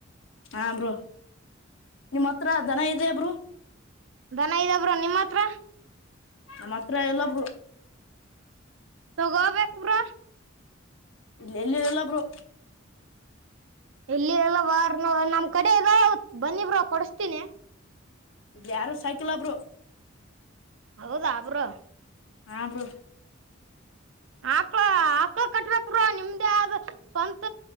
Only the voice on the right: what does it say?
ದನ ಇದೆ ಬ್ರೋ ನಿಮ್ಮತ್ರ
ತಗೋಬೇಕ್ ಬ್ರೋ
ಇಲ್ಲಿ ಎಲ್ಲ ವಾರ್ನಾವ್ ನಮ್ ಕಡೆ ಇದೆ ಬನ್ನಿಬ್ರು ಕೊಡುಸ್ತೀನಿ
ಹೌದಾ ಬ್ರೋ
ಆಕ್ಳ ಆಕ್ಳ ಕಟ್ಬೇಕ್ ಬ್ರೋ ನಿಮ್ದೇ ಸ್ವಂತ